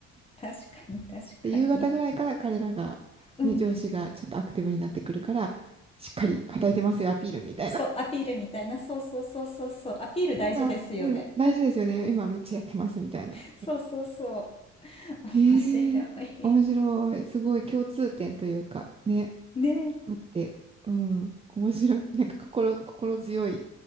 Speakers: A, on the left; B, on the right.
A: 確かに確かに
B: で、夕方ぐらいから彼らが、
A: うん
B: ね、上司がちょっとアクティブになってくるから、しっかり働いてますよ、アピールみたいな。
A: そうアピールみたいなそうそうそうそうそうアピール大事ですよね
B: <laughs> なんか、うん、大事ですよね。今めっちゃやってますみたいな。
A: <laughs> そうそうそう。
B: ねえ、
A: 面白い。
B: 面白い。すごい共通点というか、ね。
A: ねえ、
B: あって、うん、面白い。なんか心、心強い、